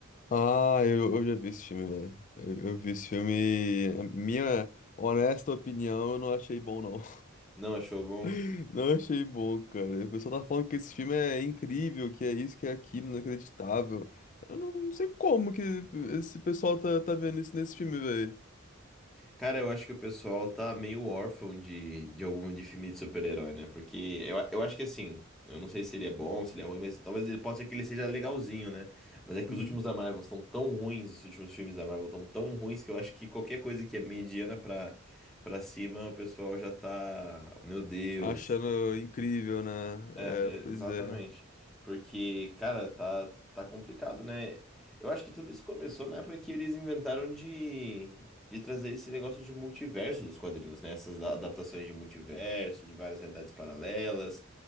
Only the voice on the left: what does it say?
Ah, eu, eu já vi esse filme, velho. Eu, eu vi esse filme. e a Minha honesta opinião, eu não achei bom, não.
<laughs> Não achei bom, cara. O pessoal tá falando que esse filme é incrível, que é isso, que é aquilo, inacreditável. Eu não, não sei como que esse pessoal tá, tá vendo isso nesse filme, velho.
Uhum.
Achando incrível, né?
É, pois
é.